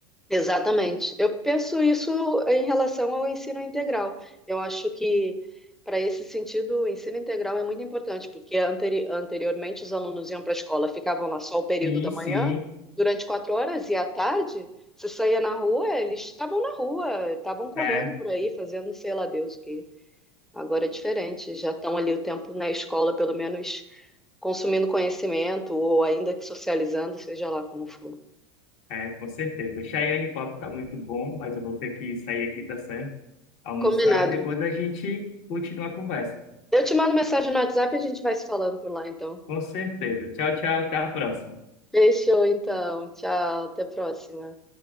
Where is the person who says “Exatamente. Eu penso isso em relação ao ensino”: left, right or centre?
Centre